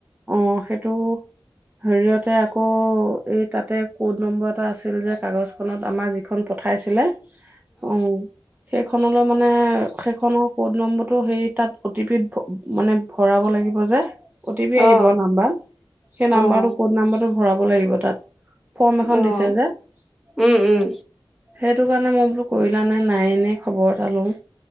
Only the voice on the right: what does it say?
অ সেইটো হেৰিয়তে আকৌ এই তাতে ক'ড নম্বৰ এটা আছিল যে কাগজখনত আমাৰ যিখন পঠাইছিলে অ' সেইখনলৈ মানে সেইখনৰ কড নম্বৰ তটো সেই তাত অটি পিত মানে ভৰাব লাগিব যে অটি পি আহিব
নাম্বাৰ সেই নাম্বাৰটো
ক'ত নাম্বাৰটো ভৰাব লাগিব তাত ফৰ্ম এখন
দিছে যে সেই
সেইটো কাৰণে মই বোলো কৰিল নে নাই এনেই খবৰ এটা লও